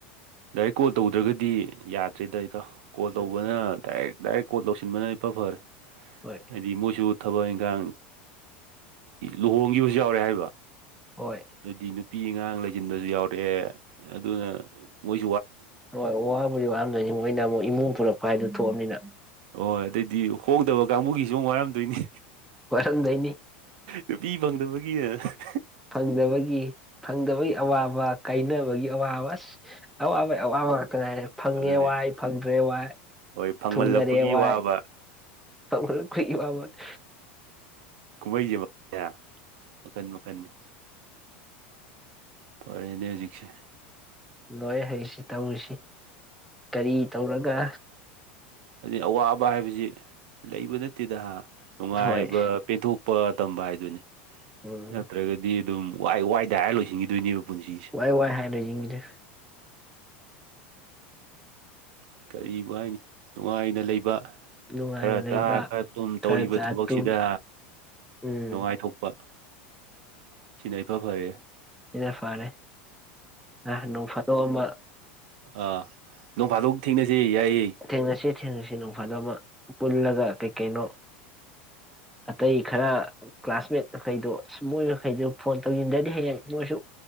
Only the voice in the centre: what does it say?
ꯎꯝ
ꯍꯣꯏ
ꯍꯣꯏ
ꯍꯣꯏ ꯋꯥꯕꯨꯗꯤ ꯋꯥꯝꯗꯣꯏꯅꯤ ꯃꯣꯏꯅ ꯑꯃꯨꯛ ꯏꯃꯨꯡ ꯊꯣꯛꯂꯛꯄ ꯍꯥꯏꯗꯨ ꯊꯣꯛꯑꯕꯅꯤꯅ
ꯋꯥꯔꯝꯗꯣꯏꯅꯤ
ꯐꯪꯗꯕꯒꯤ ꯐꯪꯗꯕꯒꯤ ꯑꯋꯥꯕ ꯀꯥꯏꯅꯕꯒꯤ ꯑꯋꯥꯕ ꯑꯁ ꯑꯋꯥꯕꯩ ꯑꯋꯥꯕ ꯉꯥꯛꯇ ꯉꯥꯏꯔꯦ ꯐꯪꯉꯦ
ꯋꯥꯏ ꯐꯪꯗ꯭ꯔꯦ ꯋꯥꯏ
ꯊꯨꯡꯅꯔꯦ ꯋꯥꯏ꯫
ꯇꯝ ꯈꯔ ꯈꯨꯏꯋꯥꯕꯋꯥꯅꯤ
ꯂꯣꯏ ꯍꯩꯁꯤ ꯇꯧꯔꯤꯁꯤ ꯀꯔꯤ ꯇꯧꯔꯒ
ꯍꯣꯏ
ꯎꯝ
ꯋꯥꯏ ꯋꯥꯏ ꯍꯥꯏꯔ ꯂꯩꯖꯤꯡꯖꯤꯗꯤ
ꯅꯨꯡꯉꯥꯏꯅ
ꯂꯩꯕ
ꯈꯔ ꯆꯥ
ꯇꯨꯝ ꯎꯝ
ꯁꯤꯅ ꯐꯔꯦ ꯑ ꯅꯣꯡ ꯐꯥꯗꯣꯛ ꯑꯃ
ꯊꯦꯡꯅꯁꯦ ꯊꯦꯡꯅꯁꯦ ꯅꯣꯡꯃ ꯍꯥꯅ ꯑꯃ ꯄꯨꯜꯂꯒ ꯀꯩ ꯀꯩꯅꯣ ꯁ ꯑꯇꯩ ꯈꯔ ꯎꯝ ꯀ꯭ꯂꯥꯁꯃꯦꯠ ꯃꯈꯩꯗꯣ ꯁ ꯃꯣꯏ ꯃꯈꯩꯗꯨ ꯐꯣꯟ ꯇꯧꯏ ꯗꯗꯤ ꯍꯌꯦꯡ ꯃꯣꯏꯁꯨ